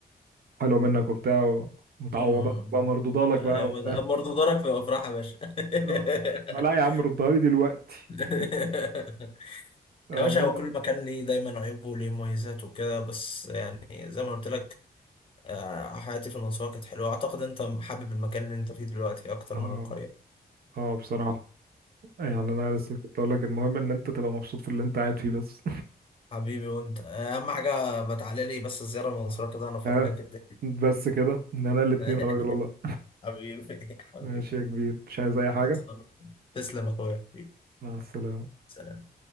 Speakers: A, on the right; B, on the left.
A: حلو منك وبتاع ومتعوضات
B: م- م-
A: بقى
B: م.
A: مردودة لك
B: آه،
A: بقى وبتاع
B: برضه دارك في الافراح يا باشا
A: <laughs>
B: <laughs>
A: ما لا يا عم ردها لي دلوقتي
B: <laughs>
A: <laughs> آه،
B: يا باشا
A: المهم
B: هو كل مكان ليه دايما عيوبه وليه مميزاته وكده بس يعني زي ما قلت لك آه، حياتي في المنصورة كانت حلوة أعتقد أنت حابب المكان اللي أنت فيه دلوقتي أكتر
A: اه
B: من القرية
A: اه بصراحه يعني انا لسه كنت اقول لك المهم ان انت تبقى مبسوط في اللي انت قاعد فيه بس
B: فحبيبي وأنت آه، أهم حاجة بتعالى لي بس الزيارة المنصورة كده
A: <laughs>
B: أنا أفرجك
A: اه
B: الدنيا
A: بس كده ان انا الاتنين
B: <laughs>
A: يا راجل والله
B: حبيبي حبيبي
A: ماشي يا كبير مش عايز اي حاجه
B: خلصانة. تسلم يا أخويا حبيبي
A: مع السلامه
B: سلام